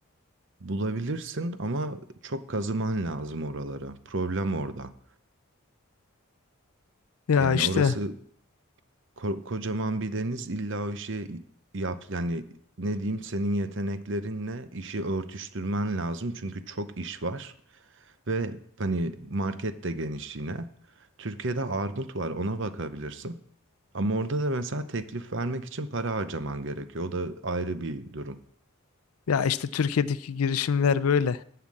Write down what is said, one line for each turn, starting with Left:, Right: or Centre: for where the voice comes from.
Right: bulabilirsin ama çok kazıman lazım oralara. Problem orada.
Left: Ya
Right: Yani
Left: işte
Right: orası Ko- kocaman bir deniz illa o işi yap yani ne diyeyim senin yeteneklerinle işi örtüştürmen lazım çünkü çok iş var ve hani market de geniş yine. Türkiye'de armut var ona bakabilirsin. Ama orada da mesela teklif vermek için para harcaman gerekiyor. O da ayrı bir durum.
Left: ya işte Türkiye'deki girişimler böyle.